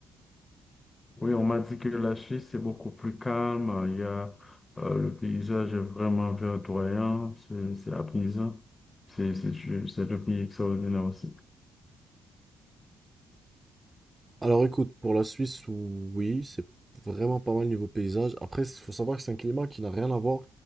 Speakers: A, on the left; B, on the right.
A: Oui, on m'a dit que la Suisse, c'est beaucoup plus calme. Il y a, euh, le paysage est vraiment verdoyant, c'est c'est apaisant. C'est c'est c'est un pays extraordinaire aussi.
B: Alors écoute, pour la Suisse, ou- oui, c'est vraiment pas mal niveau paysage. Après, il faut savoir que c'est un climat qui n'a rien à voir